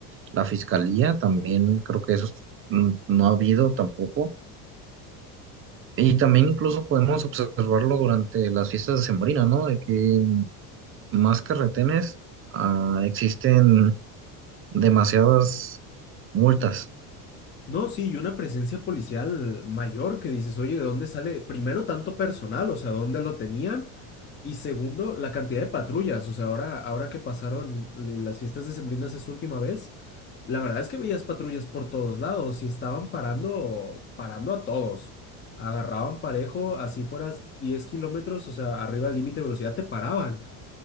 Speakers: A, on the right; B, on the left.
A: la fiscalía, también creo que esos mm, no ha habido tampoco. Y también incluso podemos observarlo durante las fiestas de Sembrina, ¿no? De que más que retenes, ah, existen demasiadas multas.
B: No, sí, y una presencia policial mayor que dices, oye, ¿de dónde sale? Primero, tanto personal, o sea, ¿dónde lo tenían? Y segundo, la cantidad de patrullas, o sea, ahora, ahora que pasaron l- las fiestas decembrinas esa última vez, la verdad es que veías patrullas por todos lados y estaban parando, parando a todos. Agarraban parejo, así fueras 10 kilómetros, o sea, arriba del límite de velocidad te paraban.